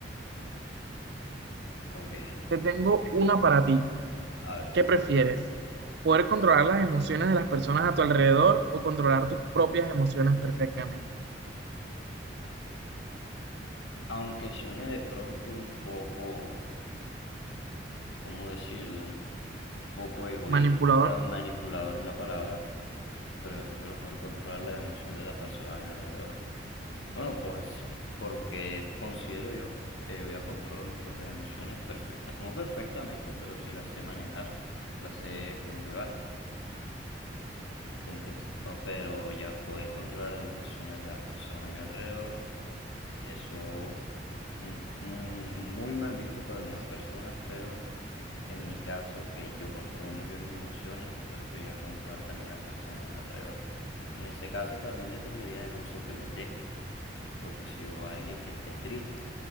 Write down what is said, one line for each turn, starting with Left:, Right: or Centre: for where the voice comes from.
Left: Ok,
Right: Te tengo una para ti.
Left: a ver.
Right: ¿Qué prefieres? ¿Poder controlar las emociones de las personas a tu alrededor o controlar tus propias emociones perfectamente?
Left: Aunque suene de pronto un poco, ¿cómo decirlo? Un poco egoísta,
Right: Manipulador.
Left: manipulador es la palabra, pero yo prefiero poder controlar las emociones de la persona a mi alrededor. Bueno, por, porque considero yo que yo ya controlo mis propias emociones perfectamente, no perfectamente, pero sí las sé manejar, las sé conllevar. aunque, ah, pero ya poder controlar las emociones de las personas a mi alrededor, eso mm, mm, muy mal visto por algunas personas, pero en mi caso, que yo controlo muy bien mis emociones, preferiría controlar también las personas a mi alrededor. En ese caso también dependería del uso que les dé, porque si yo a alguien que esté triste,